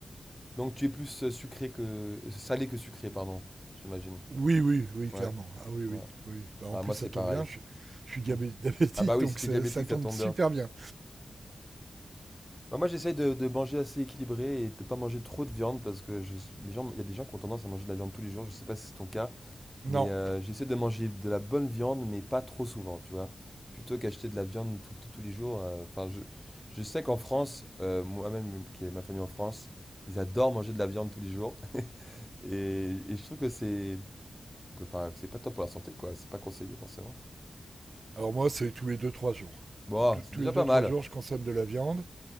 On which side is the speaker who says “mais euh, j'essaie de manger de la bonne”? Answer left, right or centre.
Centre